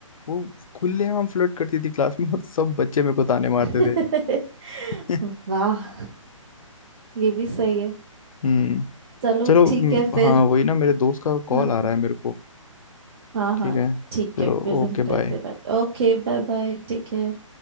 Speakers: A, on the left; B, on the right.
A: वो खुलेआम फ्लर्ट करती थी क्लास में और सब बच्चे मेरे को ताने मारते
B: हम्म।
A: थे <laughs>
B: <laughs> वाह ये भी सही है
A: हम्म
B: चलो
A: चलो
B: ठीक
A: हम्म,
B: है फिर
A: हाँ वही ना मेरे दोस्त का कॉल
B: हाँ
A: आ रहा है मेरे को
B: हाँ
A: ठीक
B: हाँ
A: है
B: ठीक
A: चलो
B: है फिर
A: ओके
B: हम करते
A: बाय
B: हैं बात Okay bye bye take care